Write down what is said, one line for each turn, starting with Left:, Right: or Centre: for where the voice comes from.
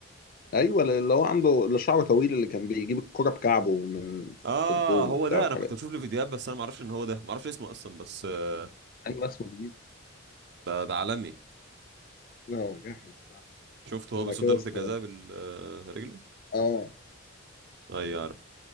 Left: ايوه اللي هو عنده اللي شعره طويل اللي كان بيجيب الكرة بكعبه من
Right: اه
Left: في الجون
Right: هو
Left: وبتاع
Right: ده
Left: والحاجات
Right: انا كنت
Left: دي
Right: بشوف له فيديوهات بس انا ما اعرفش ان هو ده ما اعرفش اسمه اصلا بس آه،
Left: ايوه اسمه هيجيتا
Right: ده, ده عالمي
Left: اه جاحد الصراحه
Right: شفته هو بيصد
Left: انا كده
Right: ضربة
Left: اصفر
Right: الجزاء بالرجل
Left: اه
Right: ايوه عارف